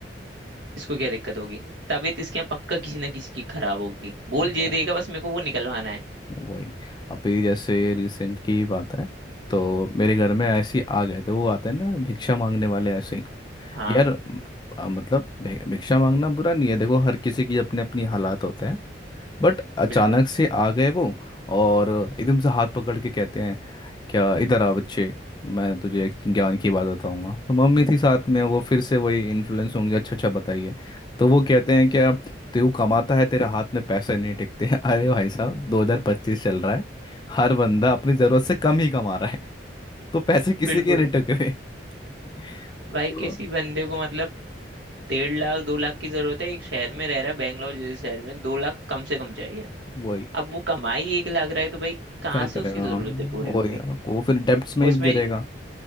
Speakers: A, on the right; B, on the left.
A: इसको क्या दिक्कत होगी तबीयत इसके यहाँ पक्का किसी ना किसी की खराब होगी बोल
B: वो-
A: ये देगा बस मेरे को वो निकलवाना है
B: वही अभी जैसे रिसेंट की ही बात है तो मेरे घर में ऐसे ही आ गए थे वो आते हैं ना भिक्षा मांगने वाले ऐसे ही
A: हाँ
B: यार म- अ, मतलब भि- भिक्षा मांगना बुरा नहीं है देखो हर किसी की अपनी अपनी हालात होते हैं बट अचानक
A: बिल्कुल
B: से आ गए वो और एकदम से हाथ पकड़ के कहते हैं क्या इधर आ बच्चे मैं तुझे एक ज्ञान की बात बताऊंगा तो मम्मी थी साथ में वो फिर से वही इन्फ्लुएंस होंगे अच्छा अच्छा बताइए तो वो कहते हैं क्या तू कमाता है तेरे हाथ में पैसे नहीं टिकते <laughs> अरे भाई साहब 2025 चल रहा है हर बंदा अपनी जरूरत से कम ही कमा रहा है <laughs> तो पैसे किसी
A: बिल्कुल
B: के नहीं टकरे <laughs>
A: भाई
B: तो
A: किसी बंदे को मतलब डेढ़ लाख दो लाख की जरूरत है एक शहर में रह रहा है बैंगलोर जैसे शहर में दो लाख कम से कम चाहिए
B: वही
A: अब वो कमाई एक लाख रहा है तो भाई कहाँ
B: क्या करेगा
A: से उसकी जरूरतें पूरी होंगी
B: वही वो फिर डेब्ट्स में
A: उसमें
B: ही गिरेगा